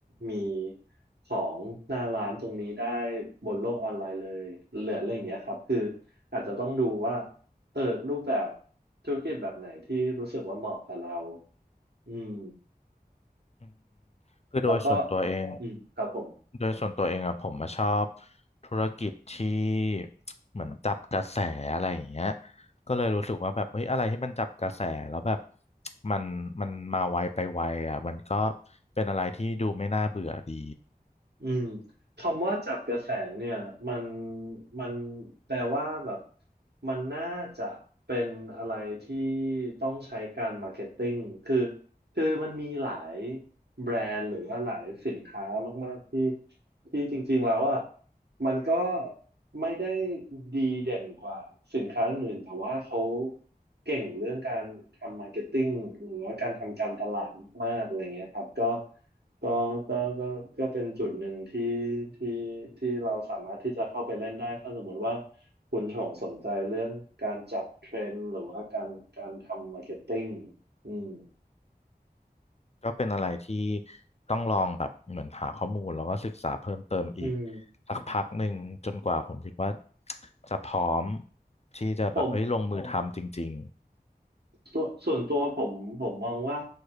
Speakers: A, on the right (about 85°); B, on the left (about 40°).
A: มีของหน้าร้านตรงนี้ได้บนโลกออนไลน์เลยเหลืออะไรอย่างเงี้ยครับคืออาจจะต้องดูว่าเออรูปแบบธุรกิจแบบไหนที่รู้สึกว่าเหมาะกับเรา อืม
B: อืมคือโดยส่วนตัวเอง
A: แล้วก็อืมครับผม
B: โดยส่วนตัวเองอะผมมาชอบธุรกิจที่เหมือนจับกระแสอะไรอย่างเงี้ยก็เลยรู้สึกว่าแบบเฮ้ยอะไรที่มันจับกระแสแล้วแบบ <tsk> มันมันมาไวไปไวอะมันก็เป็นอะไรที่ดูไม่น่าเบื่อดี
A: อืมคำว่าจับกระแสเนี่ยมันมันแปลว่าแบบมันน่าจะเป็นอะไรที่ต้องใช้การมาร์เก็ตติ้งคือคือมันมีหลายแบรนด์หรือว่าหลายสินค้ามากๆที่ที่จริงๆแล้วอ่ะ มันก็ไม่ได้ดีเด่นกว่าสินค้าอื่นแต่ว่าเขาเก่งเรื่องการทำมาร์เก็ตติ้งหรือว่าการทำการตลาดมากๆอะไรเงี้ยครับก็ก็ก็ก็ก็เป็นจุดหนึ่งที่ที่ที่เราสามารถที่จะเข้าไปเล่นได้ถ้าสมมติว่าคุณชงสนใจเรื่องการจับเทรนด์หรือว่าการการทำมาร์เก็ตติ้งอืม
B: ก็เป็นอะไรที่ต้องลองแบบเหมือนหาข้อมูลแล้วก็ศึกษาเพิ่มเติมอีก
A: อืม
B: สักพักหนึ่งจนกว่าผมคิดว่าจะพร้อมที่จะแบบเอ้ยลงมือทำจริงๆ
A: ผม ส่วนส่วนตัวผมผมมองว่า